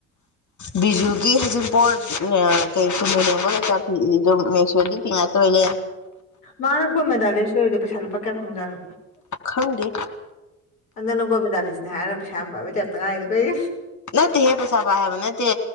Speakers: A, on the left; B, on the left.
A: ꯕꯤꯖꯨꯒꯤ ꯍꯖꯤꯝꯄꯣ ꯀꯩ ꯀ ꯌꯦꯕ ꯀꯩꯀꯤ ꯃꯦꯁꯣꯔꯗꯤ ꯐꯤ ꯉꯇꯂꯦ
B: ꯃꯥꯅ ꯀꯣꯏ ꯃꯦꯗꯥꯗꯔꯁꯨꯣꯏꯗꯣ ꯄꯩꯁꯥ ꯂꯨꯄꯥ ꯀꯌꯥ ꯐꯪꯖꯥꯅꯣ
A: ꯈꯪꯗꯦ
B: ꯑꯗꯪ ꯅꯪ ꯒꯣꯕꯤꯦꯟꯗꯥꯂꯤꯁꯅꯦ ꯍꯥꯏꯔ ꯄꯩꯁꯥ ꯌꯥꯝ ꯄꯥꯏꯕꯤ ꯇꯦꯇ ꯉꯥꯏꯗꯣ ꯀꯩ
A: ꯅꯠꯇꯦꯍꯦ ꯄꯩꯁꯥ ꯄꯥꯏ ꯍꯥꯏꯕ ꯅꯠꯇꯦ